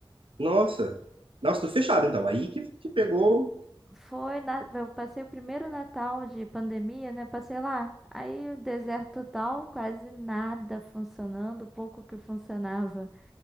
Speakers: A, on the right; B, in the centre.
A: nossa, nossa, tudo fechado, então. Aí que, que pegou.
B: Foi na... Eu passei o primeiro Natal de pandemia, né? Passei lá. Aí o deserto total, quase nada funcionando, pouco que funcionava.